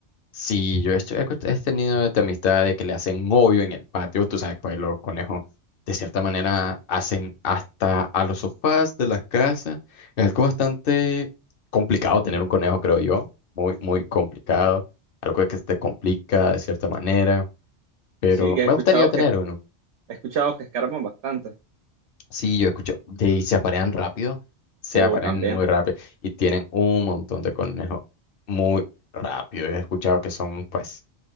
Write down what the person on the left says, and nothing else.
Sí, yo estoy- he, escu- he tenido esta amistad de que le hacen hoyo en el patio, tú sabes, pues los conejos de cierta manera hacen hasta a los sofás de las casas. Es algo bastante complicado tener un conejo, creo yo, muy, muy complicado, algo que se te complica de cierta manera, pero
me
gustaría tener
uno.
Sí, yo escucho, de, y se aparean rápido, se
aparean
muy rápido y tienen un montón de conejos muy rápido. Yo he escuchado que son, pues...